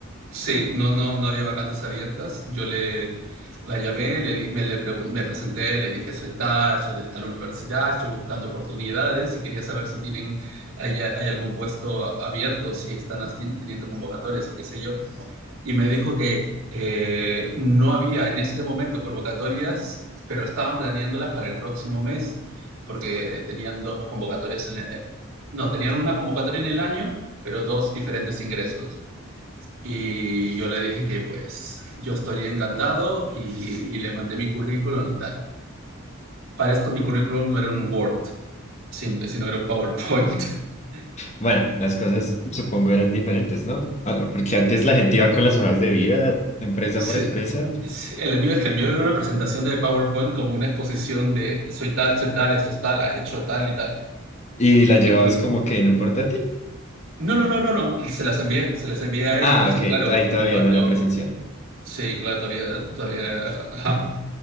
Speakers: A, on the right; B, on the left.
A: Sí, no, no, no había vacantes abiertas. Yo le la llamé, le di- me, le pregun- me presenté, le dije, soy tal, soy de tal universidad, estoy buscando oportunidades y quería saber si tienen, hay, hay algún puesto a- abierto, si están haci- teniendo convocatorias o qué sé yo. Y me dijo que eh, no había en este momento convocatorias, pero estaban planeándolas para el próximo mes, porque tenían dos convocatorias en el- eh, no, tenían una convocatoria en el año, pero dos diferentes ingresos. Y yo le dije que pues yo estaría encantado y, y le mandé mi currículum y tal. Para esto mi currículum no era un Word simple, sino era un PowerPoint. <laughs>
B: Bueno, las cosas supongo eran diferentes, ¿no? Ah, Porque antes la gente iba con las hojas de vida, empresa
A: Sí,
B: por empresa,
A: sí, el mío es que el mío era una presentación de PowerPoint como una exposición de soy tal, soy tal, esto es tal, ha hecho tal y tal.
B: y la llevabas
A: Y,
B: como que en un portátil.
A: no, no, no, no, no, se las envié, se las envié a ellos.
B: Ah, ok,
A: Y claro,
B: ahí todavía
A: cuando,
B: no era presencial.
A: sí, claro, todavía, todavía, ajá.